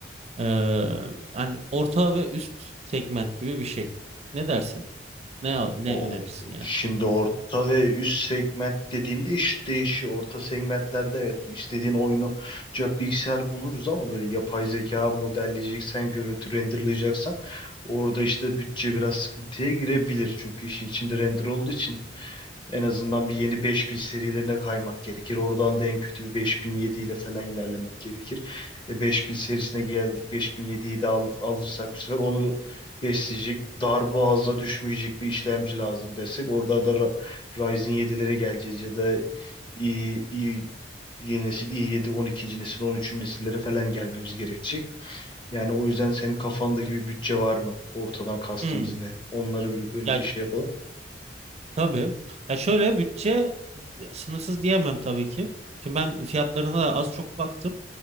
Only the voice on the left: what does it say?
O
şimdi orta ve üst segment dediğinde iş değişiyor. Orta segmentlerde evet istediğin oyunu olacak bilgisayar buluruz ama böyle yapay zeka modelleyeceksen, görüntü renderlayacaksan orada işte bütçe biraz sıkıntıya girebilir. Çünkü işin içinde render olduğu için En azından bir yeni 5000 serilerine kaymak gerekir. Oradan da en kötü bir 5007 ile falan ilerlemek gerekir. E 5000 serisine geldik. 5007'yi de al, alırsak bu sefer onu besleyecek, dar boğaza düşmeyecek bir işlemci lazım desek. Orada da Ra- Ryzen 7'lere geleceğiz ya da i, i, yeni nesil i7, 12. nesil, 13. nesillere falan gelmemiz gerekecek. Yani o yüzden senin kafandaki bir bütçe var mı? Ortadan kastımız
ne? Onları bir önce
şey yapalım.